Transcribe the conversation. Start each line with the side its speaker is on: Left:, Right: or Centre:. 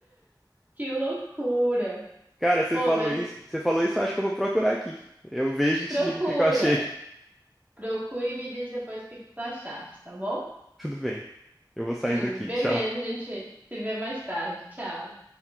Right: Que loucura.
Centre: Cara, você
Right: Pô,
Centre: falou
Right: mas
Centre: isso. Você falou isso, eu acho que eu vou procurar aqui. Eu vejo e
Right: procura.
Centre: te digo o que que eu achei.
Right: Procura e me diz depois o que que tu achaste, tá bom?
Centre: <laughs> Tudo bem. Eu vou saindo
Right: Hum,
Centre: aqui.
Right: beleza,
Centre: Tchau.
Right: a gente se vê mais tarde. Tchau.